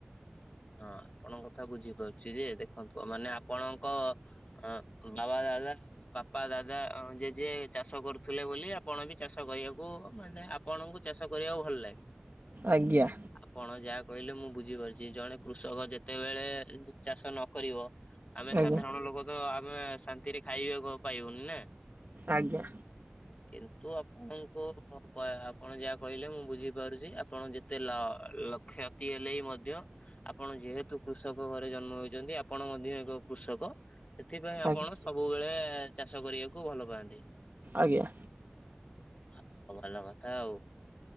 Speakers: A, on the left; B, on the right.
A: ହଁ ଆପଣଙ୍କ କଥା ବୁଝିପାରୁଚି ଯେ ଦେଖନ୍ତୁ ମାନେ ଆପଣଙ୍କ ଅ ବାବା ଦାଦା ବାପା ଦାଦା ଜେଜେ ଚାଷ କରୁଥିଲେ ବୋଲି ଆପଣ ବି ଚା ଚାଷ କରିବାକୁ ମାନେ ଆପଣଙ୍କୁ ଚାଷ କରିବାକୁ ଭଲ ଲାଗେ।
B: ଆଜ୍ଞା।
A: ଆପଣ ଯାହା କହିଲେ ମୁଁ ବୁଝିପାରୁଚି ଜଣେ କୃଷକ ଯେତେବେଳେ ଚାଷ ନ କରିବ। ଆମେ
B: ଆଜ୍ଞା।
A: ସାଧାରଣ ଲୋକ ତ ଆମେ ଶାନ୍ତିରେ ଖାଇବାକୁ ଆଉ ପାଇବନି ନା।
B: ଆଜ୍ଞା।
A: କିନ୍ତୁ ଆପଣଙ୍କୁ ଆପଣ ଯାହା କହିଲେ ମୁଁ ବୁଝିପାରୁଚି। ଆ ଆପଣ ଯେତେ ଲ ଲକ୍ଷତି ହେଲେ ବି ମଧ୍ୟ ଆପଣ ଯେହେତୁ କୃଷକ ଘରେ ଜନ୍ମ ହେଇଚନ୍ତି। ଆପଣ ମଧ୍ୟ ଏକ କୃଷକ। ସେଥିପାଇଁ ଆପଣ
B: ଆଜ୍ଞା
A: ସବୁବେଳେ ଚାଷ କରିବାକୁ ଭଲ ପାଆନ୍ତି।
B: ଆଜ୍ଞା।
A: ହ ଭଲ କଥା ଆଉ।